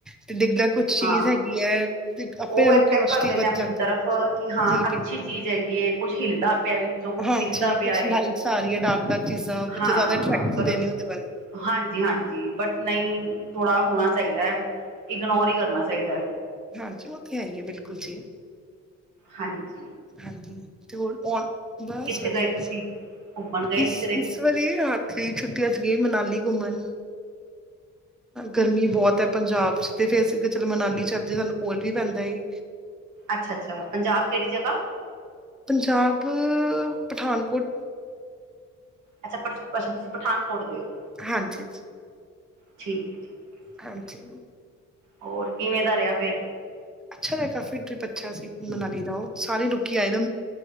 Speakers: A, in the centre; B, on the right.
A: ਤੇ ਡਿੱਗਦਾ ਕੁਛ ਚੀਜ਼
B: ਹਾਂ
A: ਹੈਗੀ ਹੈ ਤੇ ਆਪੇ
B: ਉਹ
A: ਇਨਟਰਾਸਟ
B: ਅਟੈਕ ਕਰਦੇ ਨੇ
A: ਵੱਧ
B: ਆਪਣੀ
A: ਜਾਂਦੀ
B: ਤਰਫ
A: ਹੈ
B: ਕਿ ਹਾਂ
A: ਜੀ
B: ਅੱਛੀ
A: ਬਿਲਕੁਲ
B: ਚੀਜ਼ ਹੈਗੀ ਏ ਕੁੱਝ ਹਿਲਦਾ ਪਿਆ ਵਿੱਚੋਂ ਕੁਛ
A: ਹਾਂਜੀ
B: ਦਿਖਦਾ
A: ਕੁਛ
B: ਪਿਆ
A: ਲਾਈਟਸ ਆ ਰਹੀ ਹੈ ਡਾਰਕ ਡਾਰਕ ਚੀਜ਼ਾਂ ਬੱਚੇ
B: ਹਾਂ
A: ਜ਼ਿਆਦਾ ਅਟਰੈਕਟ
B: ਪਰ,
A: ਹੁੰਦੇ ਨੇ ਉਹਦੇ ਵੱਲ
B: ਹਾਂਜੀ-ਹਾਂਜੀ, ਬਟ ਨਹੀਂ ਥੋੜ੍ਹਾ ਹੋਣਾ ਚਾਹੀਦਾ ਇਗਨੋਰ ਹੀ ਕਰਨਾ ਚਾਹੀਦਾ
A: ਹਾਂਜੀ, ਉਹ ਤੇ ਹੈ ਹੀ ਹੈ। ਬਿਲਕੁਲ ਜੀ
B: ਹਾਂਜੀ
A: ਹਾਂਜੀ ਤੇ ਹੋਰ ਕੋਲ, ਬਸ
B: ਕਿੱਥੇ
A: ਵਧੀਆ
B: ਗਏ ਤੁਸੀਂ ਘੁੰਮਣ ਗਏ
A: ਇਸ
B: ਕਿਧਰੇ
A: -ਇਸ ਵਾਰੀ ਆਖੀਰ ਛੁੱਟੀਆਂ ਚ ਗਈ ਮਨਾਲੀ ਘੁੰਮਣ ਗਰਮੀ ਬਹੁਤ ਹੈ ਪੰਜਾਬ ਚ ਤੇ, ਫਿਰ ਚਲ ਮਨਾਲੀ ਚਲਦੀ, ਸਾਨੂੰ ਕੋਲ ਵੀ ਪੈਂਦਾ ਸੀ
B: ਅੱਛਾ-ਅੱਛਾ, ਪੰਜਾਬ ਕਿਹੜੀ ਜਗ੍ਹਾ?
A: ਪੰਜਾਬ, ਪਠਾਨਕੋਟ
B: ਅੱਛਾ ਪ ਅੱਛਾ, ਤੁਸੀਂ ਪਠਾਨਕੋਟ ਦੇ ਹੋ
A: ਹਾਂਜੀ ਜੀ
B: ਠੀਕ ਹੈ ਠੀਕ ਹੈ ਠੀਕ
A: ਹਾਂਜੀ
B: ਹੈ ਹੋਰ ਕਿਵੇਂ ਦਾ ਰਿਹਾ ਫਿਰ
A: ਅੱਛਾ ਰਿਹਾ ਕਾਫ਼ੀ ਟ੍ਰਿਪ ਅੱਛਾ ਸੀ, ਮਨਾਲੀ ਦਾ ਉਹ ਸਾਰੇ ਲੋਕੀ ਆਏ ਦੇ,